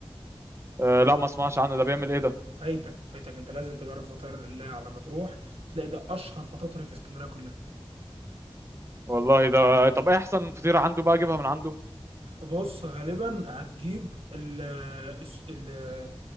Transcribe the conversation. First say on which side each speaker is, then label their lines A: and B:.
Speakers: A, on the right; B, on the right.
A: آه لا ما اسمعش عنه ده بيعمل ايه ده
B: فايتك فايتك انت لازم تجرب فطاير الله على ما تروح تلاقي ده اشهر فطاطري في اسكندريه كلها
A: والله ده طب ايه احسن فطيره عنده بقى اجيبها من عنده
B: بص غالبا هتجيب ال الس- ال-